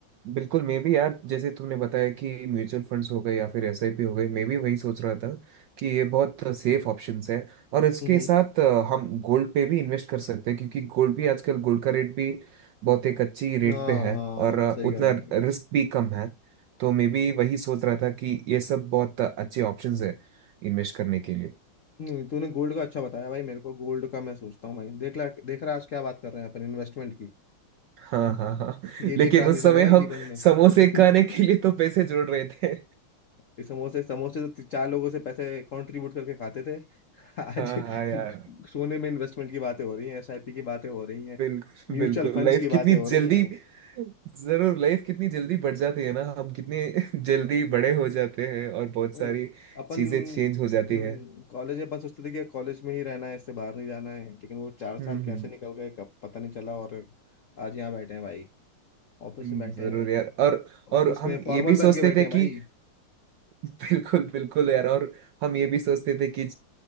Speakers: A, on the right; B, on the left.
A: बिल्कुल मैं भी यार जैसे तुमने बताया कि म्यूचुअल फंड्स हो गए या फिर एसआईपी हो गए मैं भी वही सोच रहा था कि ये बहुत सेफ ऑप्शंस है और इसके
B: हम्म
A: साथ अ, हम गोल्ड पे भी इन्वेस्ट कर सकते हैं क्योंकि गोल्ड भी आजकल गोल्ड का रेट भी बहुत एक अच्छी रेट
B: हाँ
A: पे है
B: हाँ
A: और अ,
B: सही
A: उतना
B: कह रहा है सही कह रहा है।
A: रिस्क भी कम है तो मैं भी वही सोच रहा था कि ये सब बहुत अच्छे ऑप्शंस है इन्वेस्ट करने के लिए
B: नहीं तूने गोल्ड का अच्छा बताया भाई मेरे को गोल्ड का मैं सोचता हूँ भाई देख ला देख रहा है आज क्या बात कर रहे हैं अपन इन्वेस्टमेंट की
A: हाँ हाँ हाँ
B: ये भी
A: लेकिन
B: एक ट्रांजिशन
A: उस समय
B: है भाई
A: हम
B: जीवन में <laughs>
A: समोसे खाने के लिए तो पैसे जोड़ रहे थे
B: ये समोसे समोसे तो ती- चार लोगों से पैसे कंट्रीब्यूट करके खाते थे <laughs> आज
A: हाँ हाँ यार
B: सोने में इन्वेस्टमेंट की बातें हो रही हैं एसआईपी की बातें हो रही हैं
A: बिल्कुल
B: म्यूचुअल
A: बिल्कुल
B: फंड्स
A: लाइफ
B: की
A: कितनी
B: बातें हो रही
A: जल्दी
B: हैं
A: जरूर लाइफ कितनी जल्दी बढ़ जाती है ना हम कितने <laughs>
B: <laughs>
A: जल्दी बड़े हो जाते हैं और बहुत
B: वही
A: सारी
B: अपन
A: चीजें चेंज हो जाती
B: हम्म,
A: है
B: कॉलेज अपन सोचते थे कि कॉलेज में ही रहना है इससे बाहर नहीं जाना है लेकिन वो चार साल
A: हम्म
B: कैसे
A: हम्म,
B: निकल गए कब पता नहीं चला और आज यहाँ बैठे हैं भाई ऑफिस
A: हम्म,
B: में बैठे
A: जरूर
B: हैं
A: यार और और
B: ऑफिस
A: हम
B: में फॉर्मल
A: ये भी सोचते
B: पहन के बैठे
A: थे
B: हैं
A: कि
B: भाई
A: बिल्कुल बिल्कुल यार और हम ये भी सोचते थे कि अ,